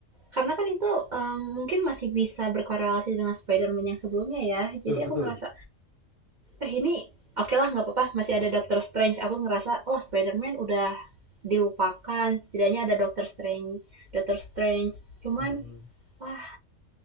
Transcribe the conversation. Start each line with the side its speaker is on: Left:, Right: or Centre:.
Right: Karena kan itu em, mungkin masih bisa berkorelasi dengan Spider-Man yang sebelumnya ya.
Left: Betul,
Right: Jadi
Left: betul.
Right: aku ngerasa, eh ini oke lah nggak apa-apa, masih ada Doctor Strange. Aku ngerasa, oh Spider-Man udah dilupakan, setidaknya ada Doctor Strange. Doctor Strange. Cuman,
Left: Mm-mm.
Right: wah,